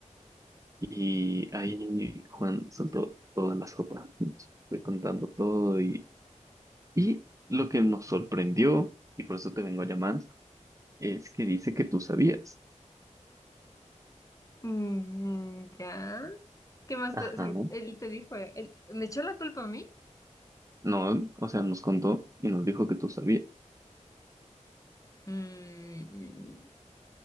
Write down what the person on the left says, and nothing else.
mm, ya. ¿Qué más
te, o sea, él te dijo? eh, él- ¿me echó la culpa a mí?
Mm,